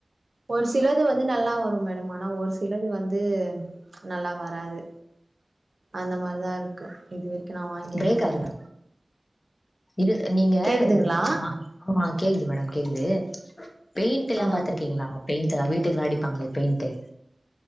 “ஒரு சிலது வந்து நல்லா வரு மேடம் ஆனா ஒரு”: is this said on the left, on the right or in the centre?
Right